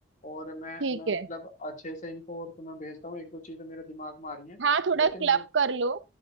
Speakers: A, on the left (about 45°); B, on the right (about 85°).
A: और मैं
B: ठीक
A: मैं
B: है
A: मतलब अच्छे से इनको और तुम्हें भेजता हूँ एक दो चीजें मेरे दिमाग में आ रही हैं
B: हाँ थोड़ा
A: लेकिन
B: क्लब
A: मु-
B: कर लो